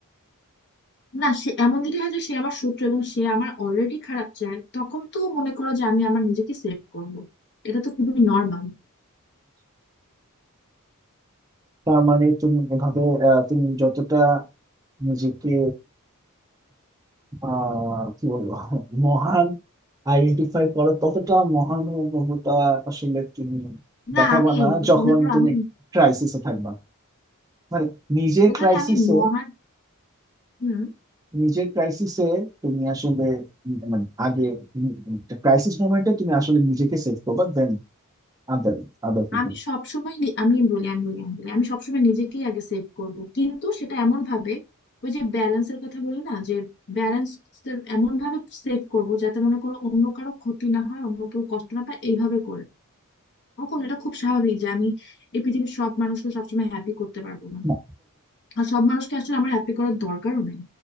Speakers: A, on the left; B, on the right.
A: না সে এমন যদি হয় যে সে আমার শত্রু এবং সে আমার অলরেডি খারাপ চায় তখন তো মনে করো যে আমি আমার নিজেকে সেভ করবো এটা তো খুবই নর্মাল
B: তার মানে তুমি এভাবে আহ, তুমি যতটা নিজেকে আহ কি বলবো মহান আইডেন্টিফাই করো ততটা মহানুভবতা আসলে তুমি
A: না
B: দেখাবা
A: আমি
B: না যখন
A: মনে করো
B: তুমি
A: আমি
B: ক্রাইসিসে থাকবা মানে নিজের
A: ওখানে
B: ক্রাইসিসে
A: আমি মহান হুম,
B: নিজের ক্রাইসিসে তুমি আসলে উম মানে আগে ক্রাইসিস মোমেন্টে তুমি আসলে নিজেকে সেভ করবা দেন আদার আদার পিপল
A: আমি সবসময় নি- আমি বলি আমি বলি আমি বলি আমি সবসময় নিজেকেই আগে সেভ করবো কিন্তু সেটা এমন ভাবে ওই যে ব্যালেন্সের কথা বলি না যে ব্যালেন্স এমন ভাবে সেভ করবো যাতে মনে করো অন্য কারো ক্ষতি না হয় অন্য কেউ কষ্ট না পায় এইভাবে করবো কখনো এটা খুব স্বাভাবিক যে আমি এই পৃথিবীর সব মানুষকে সবসময় হ্যাপি করতে পারবো না
B: না
A: আর সব মানুষকে আসলে আমার হ্যাপি করার দরকারও নাই